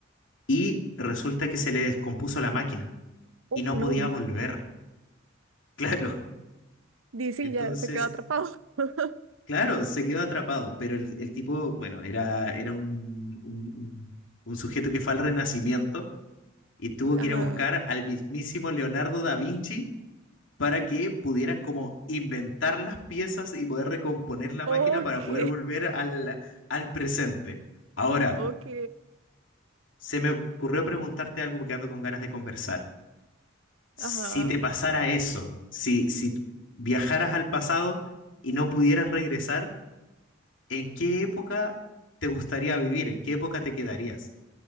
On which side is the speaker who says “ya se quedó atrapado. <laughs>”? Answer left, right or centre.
Right